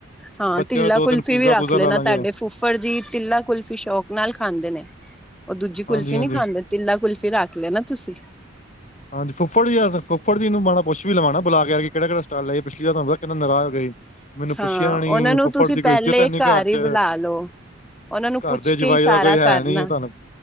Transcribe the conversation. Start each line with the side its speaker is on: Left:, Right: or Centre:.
Centre: ਹਾਂ
Left: ਬੱਚਿਆਂ
Centre: ਤੀਲਾ
Left: ਦਾ ਦੋ
Centre: ਕੁਲਫੀ
Left: ਤਿੰਨ ਪੀਜ਼ਾ
Centre: ਵੀ ਰੱਖ
Left: ਪੂਜ਼ਾ
Centre: ਲੈਣਾ
Left: ਲਾ ਲਾਂਗੇ
Centre: ਤੁਹਾਡੇ ਫੁੱਫੜ ਜੀ ਤੀਲਾ ਕੁਲਫੀ ਸ਼ੌਕ ਨਾਲ ਖਾਂਦੇ ਨੇ। ਉਹ ਦੂਜੀ ਕੁਲਫੀ
Left: ਹਾਂਜੀ ਹਾਂਜੀ
Centre: ਨਹੀਂ ਖਾਂਦੇ ਤਿੱਲਾ ਕੁਲਫ਼ੀ ਰੱਖ ਲੈਣਾ ਤੁਸੀਂ।
Left: ਹਾਂਜੀ ਫੁਫੜ ਜੀ ਫੁਫੜੀ ਨੂੰ ਮੈ ਪੁਛ ਵੀ ਲਵਉਣਾ ਬੁਲਾ ਕੇ ਕਿਹੜਾ ਕਿਹੜਾ ਸਟਾਲ ਲੈਈਏ ਪਿਛਲੀ ਵਾਰ ਤੁਹਾਨੂੰ ਪਤਾ ਕਿੰਨਾ ਨਰਾਜ਼ ਹੋ ਗਏ ਸੀ। ਮੈਨੂੰ ਪੁੱਛਿਆ
Centre: ਹਾਂ
Left: ਨਹੀਂ
Centre: ਉਹਨਾਂ ਨੂੰ
Left: ਫੁੱਫੜ
Centre: ਤੁਸੀਂ
Left: ਦੀ ਕੋਈ
Centre: ਪਹਿਲੇ
Left: ਇੱਜਤ ਹੈ ਨਹੀ ਘਰ ਚ।
Centre: ਹੀ ਬੁਲਾ ਲਓ ਉਹਨਾਂ ਨੂੰ
Left: ਘਰ
Centre: ਪੁੱਛ
Left: ਦੇ ਜਵਾਈ
Centre: ਕੇ ਹੀ ਸਾਰਾ
Left: ਦਾ ਕੋਈ ਹੈ
Centre: ਕਰਨਾ
Left: ਨੀ ਹੈ ਤੁਹਾਨੂੰ।